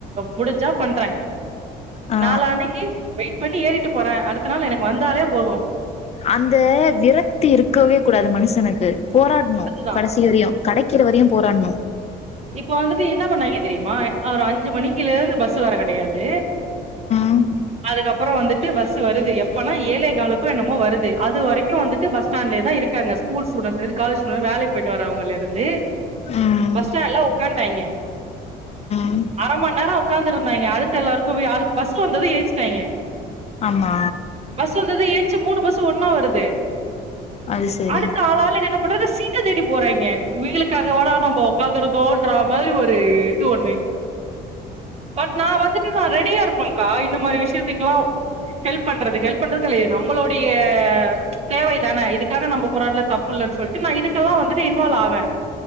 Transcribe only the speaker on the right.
முடிஞ்சா பண்றே
நாலாணிக்கு வெயிட் பண்ணி ஏறிட்டு போறே அடுத் த்த நாள் எனக்கு வந்தாலே போது
அதுதா
இப்போ வந்துட்டு என்ன பண்ணாங்கே தெரியுமா ஒரு அஞ்சு மணிக்குல இருந்து பஸ்ஸூ வர கிடையாது
அதுக்கப்புறோ வந்துட் டு பஸ் வருது எப்பனா ஏழே காலக்கோ என்னமோ வருது அது வரைக்கு வந்துட்டு பஸ் ஸ்டாண்ட்லே தா இருக்காங்க ஸ்கூல் ஸ்டூடண்ட்ஸ்லந்து காலேஜ் ஸ்டுடட் வேலைக்கு போயிட்டு வரவங்கள இருந்து
பஸ் ஸ்டாண்ட்ல உக்க்கான்டாங்கே
அரை மந்நேர உட்காந்து இருந்தாங்கே அடுத்த எல்லாருக்கு பஸ் வந்தது எஞ்சுட்டாங்கே
பஸ் வந்தது ஏரிச்சு மூணு பஸ்ஸு ஒன்னா வருது
அடுத்த ஆளாலு விட்றத சீட்ட தேடி போறாங்கே இவீளுக்காகவட நம்ம உக்காந்துருதோன்ற மாரி ஒரு இது ஒண்ணு பட் நா வந்துட்டு நா ரெடியா இருப்பேன்கா இந்த மாதிரி விஷயத்துக்குல்லா ஹெல்ப் பண்றது ஹெல்ப் பண்றதுகில்லை அது நம்மளுடைய தேவை தானே இதுக்காக நம்ம போராடல தப்புல்லன்னு சொல்ட்டு நான் இதுக்கெல்லா வந்துட்டு இன்வால்வ் ஆவே